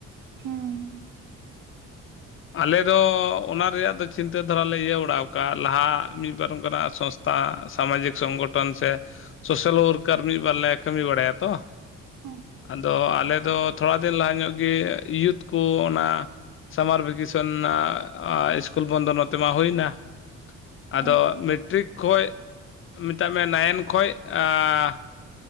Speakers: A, on the right; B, on the left.
A: ᱦᱩᱸ᱾
B: ᱟᱞᱮ ᱚᱱᱟ ᱨᱮᱭᱟᱜ ᱫᱚ ᱪᱤᱱᱛᱟᱹ ᱫᱷᱟᱨᱟᱞᱮ ᱤᱭᱟᱹ ᱵᱟᱲᱟᱣ ᱟᱠᱟᱫᱼᱟ ᱞᱟᱦᱟ ᱢᱤᱫᱵᱟᱨ ᱚᱱᱠᱟᱱᱟᱜ ᱥᱚᱥ ᱥᱟᱢᱟᱡᱤᱠ ᱥᱚᱝᱜᱚᱴᱷᱚᱱ ᱥᱮ ᱥᱚᱥᱟᱞ ᱣᱟᱨᱠᱟᱨ ᱢᱤᱫᱵᱟᱨ ᱞᱮ ᱠᱟᱹᱢᱤ ᱵᱟᱲᱟᱭᱟ ᱛᱚ᱾
A: ᱦᱩᱸ
B: ᱟᱫᱚ ᱟᱞᱮᱫᱚ ᱛᱷᱚᱲᱟ ᱫᱤᱱ ᱞᱟᱦᱟ ᱧᱚᱜ ᱜᱮ ᱤᱭᱩᱛ ᱠᱚ ᱚᱱᱟ ᱥᱟᱢᱟᱨ ᱵᱷᱮᱠᱮᱥᱚᱱ ᱟ ᱟ ᱤᱥᱠᱩᱞ ᱵᱚᱱᱫᱚ ᱱᱚᱛᱮ ᱢᱟ ᱦᱩᱭᱱᱟ᱾ ᱟᱫᱚ
A: ᱦᱩᱸ
B: ᱢᱮᱴᱨᱤᱠ ᱠᱷᱚᱡ ᱢᱮᱛᱟᱜ ᱢᱮ ᱱᱟᱭᱤᱱ ᱠᱷᱚᱡ ᱟᱸ